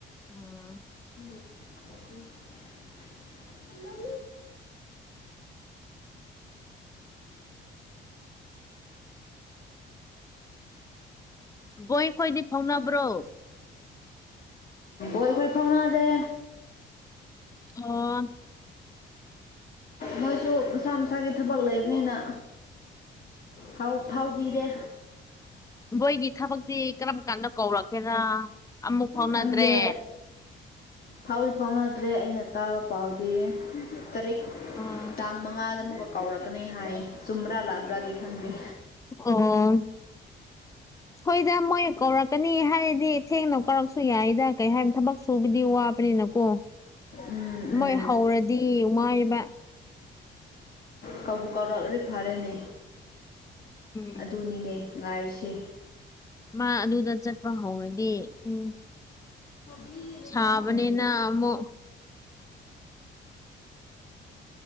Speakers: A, on the left; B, on the left.
A: ꯑꯥ
B: ꯎꯝ ꯃ ꯍꯥꯎ
A: ꯕꯣꯏꯈꯣꯏꯗꯤ ꯐꯥꯎꯅꯕ꯭ꯔꯣ
B: ꯣꯏꯕꯣꯏ ꯐꯥꯎꯅꯗꯦ
A: ꯑꯣ
B: ꯃꯣꯏꯁꯨ ꯃꯁꯥ ꯃꯁꯥꯒꯤ ꯊꯕꯛ ꯂꯩꯕꯅꯤꯅ ꯍꯥꯎ ꯐꯥꯎꯥꯎ ꯄꯤꯗꯦ
A: ꯃꯣꯏꯒꯤ ꯊꯕꯛꯇꯤ ꯀꯔꯝ ꯀꯥꯟꯗ ꯀꯧꯔꯛꯀꯦꯔ ꯑꯃꯨꯛ ꯐꯥꯎꯅꯗ꯭ꯔꯦ
B: ꯈꯪꯗꯦ ꯐꯥꯎꯗꯤ ꯐꯥꯎꯅꯗ꯭ꯔꯦ ꯑꯩꯅ ꯇꯥꯕ ꯄꯥꯎꯗꯤ ꯇꯔꯛ
A: ꯑꯥ
B: ꯇꯥꯡ ꯃꯉꯥꯗ ꯑꯃꯨꯛꯀ ꯀꯥꯎꯔꯛꯀꯅꯤ ꯍꯥꯏꯌꯦ ꯁꯃꯔꯥ ꯂꯔꯥ ꯈꯥꯡꯒ
A: ꯑꯣ ꯍꯣꯏꯗ ꯃꯣꯏ ꯀꯧꯔꯛꯀꯅꯤ ꯍꯥꯏꯔꯗꯤ ꯊꯦꯡꯅ ꯀꯧꯔꯛꯁꯨ ꯌꯥꯏꯗ ꯀꯩ ꯍꯥꯏꯅꯤ ꯊꯕꯛ ꯁꯨꯕꯗꯤ ꯋꯥꯕꯥ ꯅꯀꯣ
B: ꯎꯝ ꯎꯝ
A: ꯃꯣꯏ ꯍꯧꯔꯗꯤ ꯋꯥꯔꯤꯕ
B: ꯀꯧꯕ ꯀꯧꯔꯛꯔꯤ ꯐꯔꯦꯅꯦ
A: ꯎꯝ
B: ꯑꯗꯨꯅꯤꯅꯦ ꯉꯔꯁ
A: ꯃꯥ ꯑꯗꯨꯗ ꯆꯠꯄ ꯍꯧꯔꯗꯤ ꯎꯝ
B: ꯕꯤꯅꯤꯇ
A: ꯁꯥꯕꯅꯤꯅ
B: ꯎꯝ
A: ꯑꯃꯨꯛ